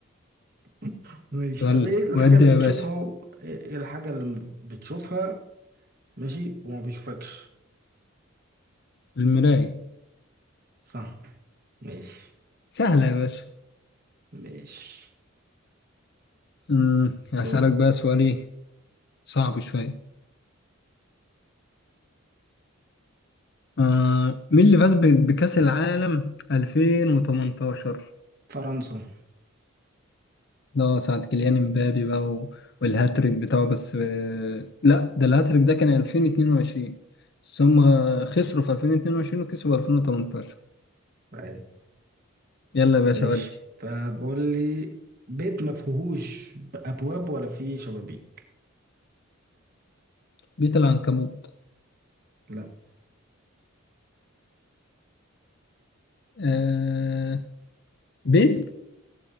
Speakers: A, on the right; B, on the left.
A: <laughs> ماشي
B: ولا
A: طب ايه الحاجة
B: وادي
A: اللي
B: يا
A: بتشوفها
B: باشا
A: و... ايه إيه الحاجة اللي بتشوفها ماشي وما بيشوفكش
B: المراية
A: صح ماشي
B: سهلة يا باشا
A: ماشي
B: أمم، هسألك
A: دورك
B: بقى سؤال ايه صعب شوية آه مين اللي فاز ب- بكأس العالم 2018
A: فرنسا
B: ده ساعة كيليان امبابي بقى و- والهاتريك بتاعه بس آه لا ده الهاتريك ده كان 2022 بس هم خسروا في 2022 وكسبوا 2018
A: عادي
B: يلا يا باشا
A: ماشي
B: ودي
A: طب قول لي بيت ما فيهوش ابواب ولا فيه شبابيك
B: بيت العنكبوت
A: لا
B: آه بيت